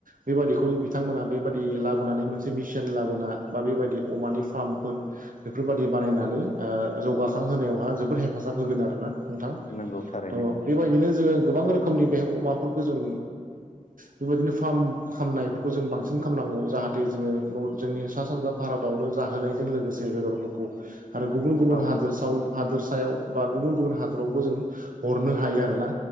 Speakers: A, on the right (about 75°); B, on the left (about 60°).
A: बेबादिखौ बिथांमोना बे बेबायदि लाबोनानै मोनसे मिचन लाबोना बा बेबायदि अमानि फामर्फोर बेफोरबादि बानायनानै जौगाखांहोनायावहा जोबोद हेफाजाब होगोन आरोना नोंथां
B: नंगौ थारैनो
A: थ' बेबायदिनो जोङो गोबां रोखोमनि बे अमाफोरखौ जों बेबायदिनो फार्म खालामनायफोरखौ जों बांसिन खालामनांगौ जाहाथे जोङो जोंनि सा सानजा भारतावनो जाहोनायजों लोगोसे बेदरफोरखौ आरो गुबुन गुबुन
B: औ
A: हादोर हादोरसायाव बा गुबुन गुबुन हा आवबो जों हरनो हायो आरोना